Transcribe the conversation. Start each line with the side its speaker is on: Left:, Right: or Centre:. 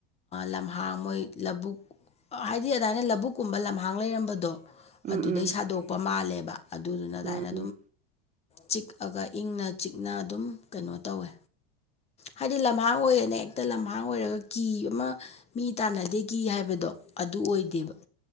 Left: ꯂꯝꯍꯥꯡ ꯃꯣꯏ ꯂꯧꯕꯨꯛ ꯍꯥꯏꯗꯤ ꯑꯗꯨꯃꯥꯏꯅ ꯂꯧꯕꯨꯛꯀꯨꯝꯕ ꯂꯝꯍꯥꯡ ꯂꯩꯔꯝꯕꯗꯣ
Right: ꯎꯝ
Left: ꯑꯗꯨꯗꯩ
Right: ꯎꯝ
Left: ꯁꯥꯗꯣꯛꯄ ꯃꯥꯜꯂꯦꯕ ꯑꯗꯨꯗꯨꯅ
Right: ꯎꯝ
Left: ꯑꯗꯥꯏꯅ
Right: ꯎꯝ
Left: ꯆꯤꯛꯑꯒ ꯏꯪꯅ ꯆꯤꯛꯅ ꯑꯗꯨꯝ ꯀꯩꯅꯣ ꯇꯧꯋꯦ ꯍꯥꯏꯗꯤ ꯂꯝꯍꯥꯡ ꯑꯣꯏꯔꯦꯅꯦ ꯍꯦꯛꯇ ꯂꯝꯍꯥꯡ ꯑꯣꯏꯔꯒ ꯀꯤ ꯑꯃ ꯃꯤ ꯇꯥꯟꯅꯗꯦ ꯀꯤ ꯍꯥꯏꯕꯗꯣ ꯑꯗꯨ ꯑꯣꯏꯗꯦꯕ